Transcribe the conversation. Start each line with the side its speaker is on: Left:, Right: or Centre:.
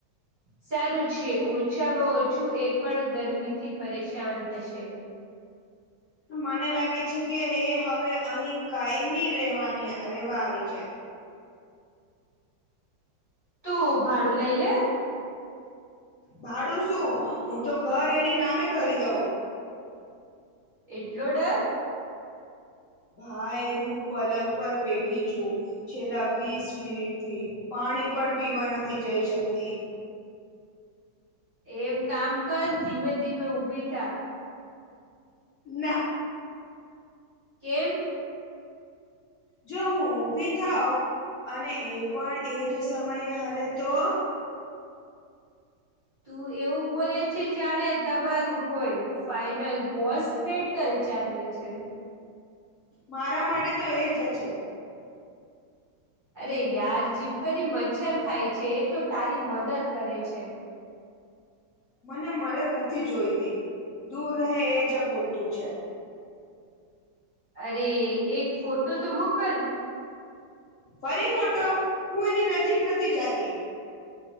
Right: સારું છે ઓછામાં ઓછું એ પણ ગરમીથી પરેશાન થશે.
Left: મને લાગે છે કે એ હવે અહી કાયમી રહેવાની રહેેવા આવી જાય.
Right: તું ભાડું લઇ લે.
Left: ભાડું શું હું તો ઘર એની નામે કરી દઉં.
Right: એટલો ડર
Left: ભાઈ હું પલંગ પર બેઠી છું. છેલ્લા વીસ મિનિટથી, પાણી પણ પીવા નથી જઈ શકતી.
Right: એમ કામ કર ધીમે ધીમે ઊભીથા
Left: ના
Right: કેમ
Left: જો હું ઉભી થાવ. અને એ પણ એજ સમયે હલે તો.
Right: તું એવું બોલે છે જાણે તમારું કોઈ ફાઈનલ બોસ બેટલ ચાલે છે.
Left: મારા માટે તો એ જ છે.
Right: અરે યાર ચીપકલી મચ્છર ખાય છે એ તો તારી મદદ કરે છે.
Left: મને મદદ નથી જોઈતી દૂર રહે એ જ પૂરતું છે.
Right: અરે એક ફોટો તો મોકલ
Left: ફરી ફોટો હું એની નજીક નથી જાતી.